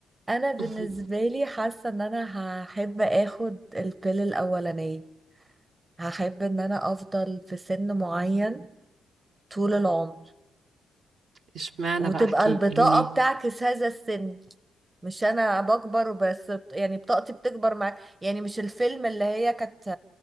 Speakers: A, on the right (about 30°); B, on the right (about 65°).
A: انا بالنسبه
B: <laughs>
A: لي حاسه ان انا هحب اخد البيل الاولانيه هحب ان انا افضل في سن معين طول العمر
B: اشمعنى
A: وتبقى
B: بقى احكيلي
A: البطاقه
B: ليه؟
A: بتعكس هذا السن مش انا بكبر بس يعني بطاقتي بتكبر مع يعني مش الفيلم اللي هي كانت